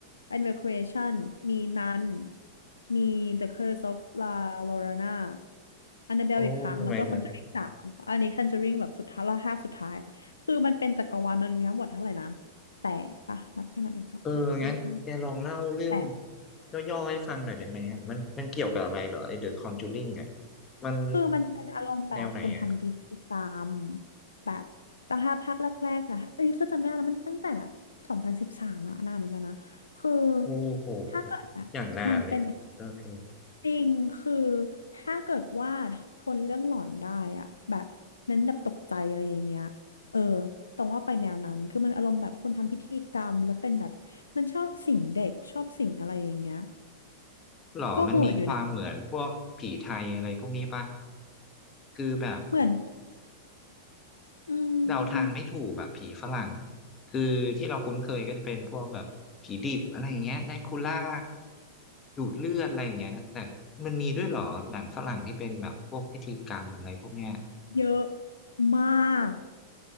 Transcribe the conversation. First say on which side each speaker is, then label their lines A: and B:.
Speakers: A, on the left; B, on the left.
A: Annabelle Creation มี Nun มี The Curse of La Llorona Annabelle
B: โอ้ทำไมมัน
A: อีกครั้งแล้วก็ Conjuring สามอันนี้ Conjuring แบบสุดท้ายละห้าสุดท้าย คือมันเป็นจักรวาลมันมีทั้งหมดเท่าไหร่นะแปดปะนับให้านับเป็นสองสามสี่ห้า
B: เออ งั้นแกลองเล่าเรื่อง
A: แปด
B: ย่อๆให้ฟังหน่อยได้ไหมอะมันมันเกี่ยวกับอะไรเหรอไอ้ The Conjuring อ่ะมัน
A: คือมันเป็นอารมณ์แบบคุณทำพิธีกรรม
B: แนวไหนอ่ะ
A: แบบตั้งห้าภาคแรกๆนะเอ้ยคือจำไม่ได้แล้วมันตั้งแต่แบบสองพันสิบสามอะนานเหมือนกันนะคือ
B: โอ้โห
A: ถ้าเกิดแบบมันเป็น
B: อย่างนานเลย โอเค
A: จริงคือถ้าเกิดว่าทนเรื่องหลอนได้อะแบบเน้นแบบตกใจอะไรอย่างเงี้ยเออตรงว่าไปแนวนั้นคือมันอารมณ์แบบคนทำพิธีกรรมแล้วเป็นแบบมันชอบสิงเด็กชอบสิงอะไรอย่างเงี้ย
B: หรอมันมีความเหมือนพวกผีไทยอะไรพวกนี้ปะ
A: ก็โหดอยู่นะ
B: คือแบบ
A: เหมือนอื
B: เดาทางไม่ถูกแบบผีฝรั่งอะคือที่เราคุ้นเคยก็จะเป็นพวกแบบผีดิบอะไรอย่างเงี้ยแดคูล่า
A: ม
B: ดูดเลือดอะไรอย่างเงี้ยแต่มันมีด้วยเหรอหนังฝรั่งที่เป็นแบบพวกพิธีกรรมอะไรพวกเนี้ย
A: เยอะมาก